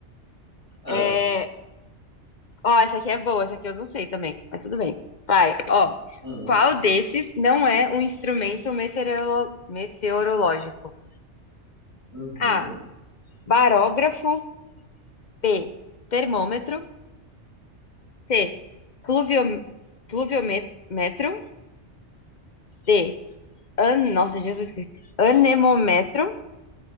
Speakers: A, on the left; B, on the left.
A: Ah,
B: É, ó, essa aqui é boa, essa aqui eu não sei também, mas tudo bem. Vai, ó.
A: hum,
B: Qual desses não é um instrumento meteorolo- meteorológico?
A: uhum.
B: A. Barógrafo. B. Termômetro. C. Pluviom... Pluviômetro. D. An... Nossa, Jesus Cristo. Anemômetro.